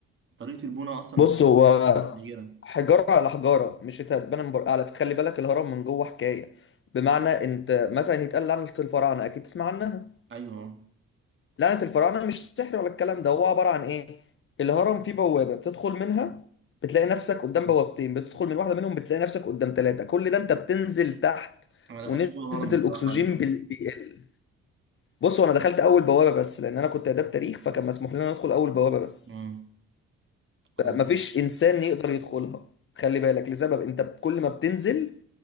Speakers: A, on the right; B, on the left.
A: طريقة البناء أصلا
B: بص
A: نفسها
B: هو
A: متغيرة
B: حجاره على حجاره مش هتتبنى من بره على فكرة خلي بالك الهرم من جوه حكايه بمعنى انت مثلا يتقال عن الفراعنه اكيد تسمع عنها
A: أيوه
B: لعنة الفراعنة مش سحر ولا الكلام ده هو عبارة عن إيه؟ الهرم فيه بوابة بتدخل منها بتلاقي نفسك قدام
A: مم.
B: بوابتين بتدخل من واحدة منهم بتلاقي نفسك قدام ثلاثة كل ده أنت بتنزل تحت
A: أنا ما
B: ونسبة
A: دخلتش جوه الهرم الصراحة
B: الأكسجين
A: قبل كده
B: بال- بيقل بصوا أنا دخلت أول بوابة بس لأن أنا كنت آداب تاريخ فكان مسموح لنا ندخل أول بوابة بس
A: مم. كويس
B: فمفيش
A: جدا.
B: إنسان يقدر يدخلها خلي بالك لسبب أنت كل ما بتنزل